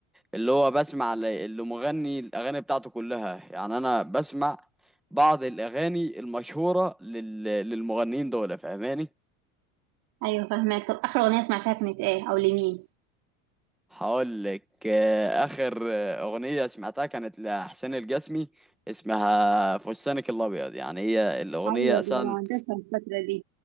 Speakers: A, in the centre; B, on the right.
A: اللي هو بسمع ل- اللي مغني الأغاني بتاعته كلها يعني أنا بسمع بعض الأغاني المشهورة لل... للمغنيين دول فاهماني
B: ايوه فاهمك طب اخر اغنيه سمعتها كانت ايه او لمين
A: هقول لك آه، آخر آه، أغنية سمعتها كانت لحسين الجسمي اسمها فستانك الأبيض يعني هي الأغنية
B: ايوه
A: أصلا
B: دي المهندسه الفتره دي